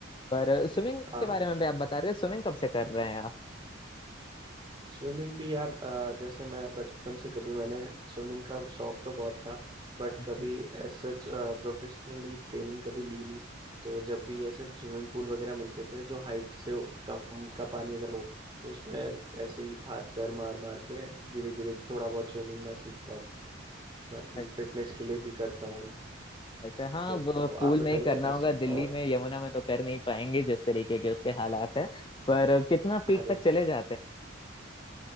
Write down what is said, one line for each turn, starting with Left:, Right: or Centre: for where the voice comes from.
Left: पर स्विमिंग
Right: हाँ
Left: के बारे
Right: हाँ
Left: में भी आप बता रहे हैं स्विमिंग कब से कर रहे हैं
Right: स्विमिंग भी यार अ, जैसे मैं बचपन से कभी मैंने स्विमिंग का शौक तो बहुत था बट कभी
Left: आप
Right: एज सच प्रोफेशनली ट्रेनिंग कभी ली नहीं तो जब भी ऐसे स्विमिंग पूल वगैरह मिलते थे जो हाइट से कम का पानी अगर हो तो उसमें ऐसे ही हाथ पैर मार मार के धीरे धीरे थोड़ा बहुत स्विमिंग मैं सीखता हूँ बाकी
Left: <laughs>
Right: फिटनेस के लिए भी करता हूँ
Left: अच्छा हाँ
Right: तो,
Left: वो
Right: तो आप
Left: पूल
Right: बताइए
Left: में ही करना होगा
Right: ऐसा
Left: दिल्ली
Right: और
Left: में यमुना में तो कर नहीं पाएंगे जिस तरीके के उसके हालात है पर कितना
Right: अरे
Left: फीट तक चले जाते हैं